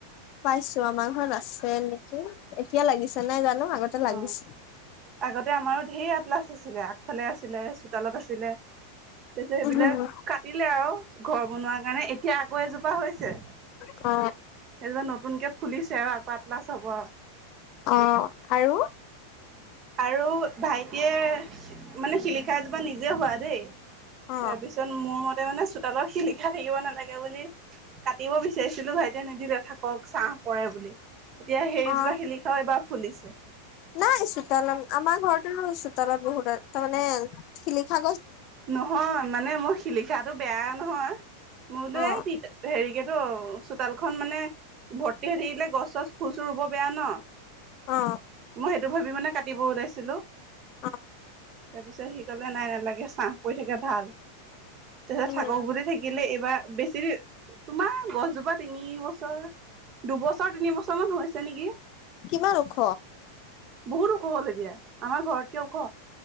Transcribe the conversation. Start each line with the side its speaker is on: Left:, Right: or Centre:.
Left: পাইছো আমাৰ ঘৰত আছে নেকি, এতিয়া লাগিছে নাই জানো আগতে লাগিছিল।
Right: অ আগতে আমাৰো ধেৰ আটলাচ আছিলে আগফালে আছিলে চোতালত আছিলে। তাৰপিছত সেইবিলাক
Left: অ
Right: কাটিলে আৰু ঘৰ বনোৱা কাৰণে এতিয়া আকৌ এজোপা হৈছে। সেইজোপা
Left: অ
Right: নতুনকে ফুলিছে আৰু আকৌ আটলাছ হ'ব।
Left: অ' আৰু
Right: আৰু ভাইটিয়ে মানে শিলিক সেইজোপা নিজে হোৱা দেই
Left: অ
Right: তাৰপিছত মোৰ মতে মানে অলপ শিলখা থাকিব নালাগে বুলি কাটিব বিচাৰিছিলো ভাইটি তেতিয়া নিদিলে থাকক ছাহ পৰে বুলি, এতিয়া সেইজোপা
Left: অ
Right: শিলি খাও এইবাৰ ফুলিছে।
Left: নাই চোতালত আমাৰ ঘৰটো চোতালত বহুত তাৰ মানে শিলি খা
Right: নহয় মানে মই শিলিখাটো বেয়াই নহয়। মইলৈয়ে
Left: অ
Right: তি হেৰিকেতো চোতালখন মানে ভৰ্তি হৈ থাকিলে গছ-চছ, ফুল-চুল ৰুব বেয়া ন,
Left: অ
Right: মই সেইটো ভাবি মানে কাটিব ওলাইছিলো।
Left: অ
Right: তাৰ পিছত সি কলে নাই নালাগে ছাঁ পৰি থাকে ভাল তাৰপিছত
Left: উম
Right: থাকক বুলি থাকিলে এইবাৰ বেছেৰি তোমাৰ গছজোপা তিনি বছৰ, দুবছৰ তিন বছৰ মান হৈছে নেকি।
Left: কিমান ওখ?
Right: বহুত ওখ হ'ল এতিয়া, আমাৰ ঘৰতকে ওখ।